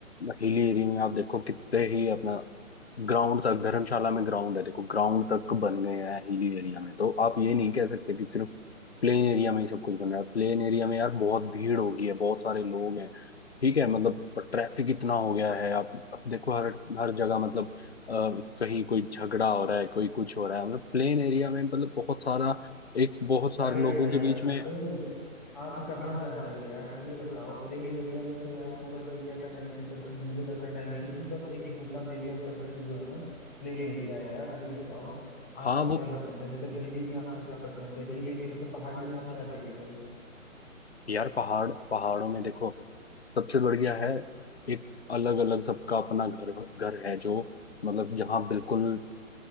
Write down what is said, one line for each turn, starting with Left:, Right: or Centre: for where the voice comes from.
Left: हिली एरिया में आप देखो कितने ही अपना ग्राउंड तक धर्मशाला में ग्राउंड है देखो ग्राउंड तक बन गए हैं हिली एरिया में तो आप ये नहीं कह सकते कि सिर्फ प्लेन एरिया में ही सब कुछ बन रहा है प्लेन एरिया में यार बहुत भीड़ होगी है बहुत सारे लोग हैं ठीक है मतलब ट्रैफिक इतना हो गया है आप आप देखो हर हर जगह मतलब अ, कहीं कोई झगड़ा हो रहा है कोई कुछ हो रहा है मतलब प्लेन एरिया में मतलब बहुत सारा एक बहुत सारे
Centre: अरे
Left: लोगों
Centre: भाई
Left: के
Centre: साहब
Left: बीच में
Centre: आप कहाँ जा रहे हो यार ये बताओ प्लेन एरिया में तो यार पूरा इंडिया का नाइन्टी परसेंट मुझे लग रहा है नाइन्टी नहीं पर एक मोटा मेजर परसेंट जो है ना प्लेन एरिया है यार ये बताओ
Left: हाँ
Centre: आपको
Left: वो
Centre: क्या पसंद है मतलब हिली में आपको क्या पसंद है हिली मतलब पहाड़ी में आप क्या देखते हो
Left: यार पहाड़ पहाड़ों में देखो सबसे बढ़िया है एक अलग अलग सबका अपना घर घर है जो मतलब जहाँ बिल्कुल